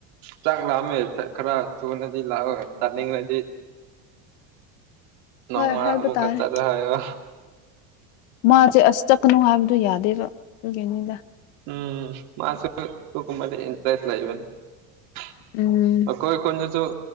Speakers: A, on the right; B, on the left.
A: ꯆꯥꯛ ꯂꯥꯝꯃꯦ ꯈꯔ ꯊꯨꯅꯗꯤ ꯂꯥꯛꯑꯣ ꯆꯥꯅꯤꯡꯂꯗꯤ ꯅꯣꯡꯃ
B: ꯍꯣꯏ ꯍꯥꯏꯕ
A: ꯑꯃꯨꯛꯀ
B: ꯇꯥꯔꯦ
A: ꯆꯇꯂꯣ
B: ꯃꯥꯁꯦ ꯑꯁ ꯆꯠꯀꯥꯅꯨ ꯍꯥꯏꯕꯗꯨꯣ ꯌꯥꯗꯦꯕ ꯑꯗꯨꯒꯤꯅꯤꯗ
A: ꯎꯝ ꯃꯥ ꯀꯨꯀ ꯏꯟꯇꯔꯦꯁ ꯂꯩꯕ <unintelligible>
B: ꯎꯝ
A: ꯑꯈꯣꯏ ꯀꯣꯟꯗꯁꯨ